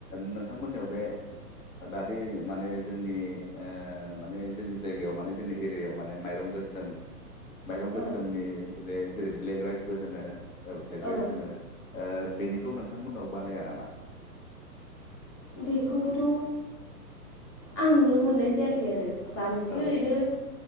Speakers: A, on the left; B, on the left.
A: नोंथांमोननियाव बे दादे माने जोंनि माने जोंनि जायगायाव माने जोंनि एरियायाव माने माइरं गोसोम माइरं
B: औ
A: गोसोमनि बे जेरै ब्लेक राइसबो होनो ब्लेक
B: औ
A: राइस होनो ओ बेनिखौ नोंथांमोननाव बानाया नामा?
B: बेखौथ' आं नुनो मोननाय जायाखै आरो बांसिन
A: औ
B: ओरैनो